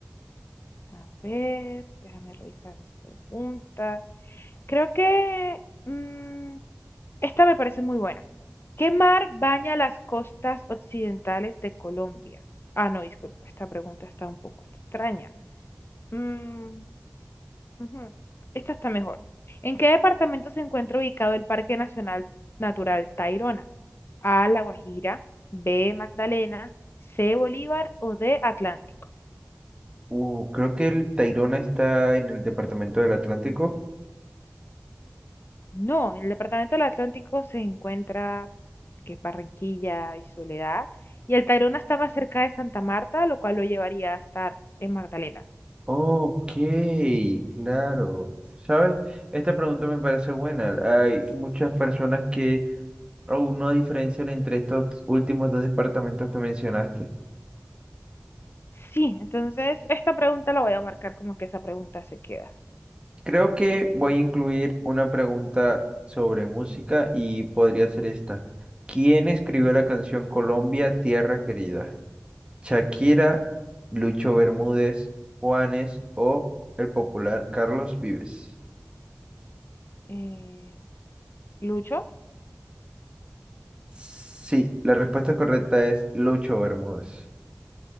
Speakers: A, on the left (about 45°); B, on the right (about 20°).
A: a ver, déjame revisar mis preguntas. Creo que mm, esta me parece muy buena. ¿Qué mar baña las costas occidentales de Colombia? Ah, no, disculpa, esta pregunta está un poco extraña. Mm, Ujú. Esta está mejor. ¿En qué departamento se encuentra ubicado el Parque Nacional Natural Tayrona? A, La Guajira, B, Magdalena, C, Bolívar o D, Atlántico.
B: Uh, creo que el Tayrona está en el departamento del Atlántico.
A: No, en el departamento del Atlántico se encuentra que es Barranquilla y Soledad, y el Tayrona está más cerca de Santa Marta, lo cual lo llevaría a estar en Magdalena.
B: Ok, claro. ¿Sabes? Esta pregunta me parece buena. Hay muchas personas que aún no diferencian entre estos últimos dos departamentos que mencionaste.
A: Sí, entonces esta pregunta la voy a marcar como que esa pregunta se queda.
B: Creo que voy a incluir una pregunta sobre música y podría ser esta. ¿Quién escribió la canción Colombia, Tierra Querida? ¿Shakira, Lucho Bermúdez, Juanes o el popular Carlos Vives?
A: Eh, Lucho,
B: Sí, la respuesta correcta es Lucho Bermúdez.